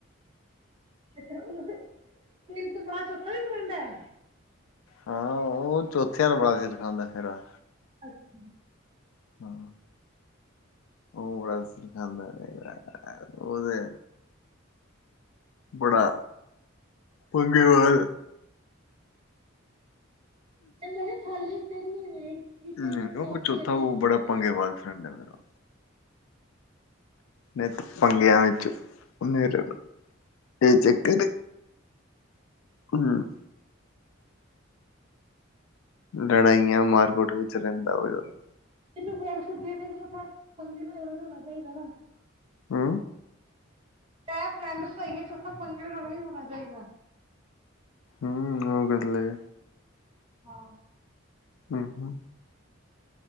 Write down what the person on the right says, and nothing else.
ਅੱਛਾ, ਓ ਤਿੰਨ ਤੋਂ ਬਾਅਦ ਚ ਚੋਥਾ ਵੀ ਫਰੈਂਡ ਐ।
ਅੱਛਾ।
ਐਨਾ ਨੇ ਖਾਲੀ ਤਿੰਨ ਈ ਨੇ। ਕਿ
ਤਿੰਨ
ਕਾਫੀ
ਹੈ ਤਿੰਨ
ਫਰੈਂਡ
<inaudible>
ਤੇ ਫਰੈਂਡ ਸਈ ਏ ਪੰਗੇ ਓਥੇ ਆਲਾ ਵੀ ਹੋਣਾ ਚਾਈਦਾ।
ਹਾਂ।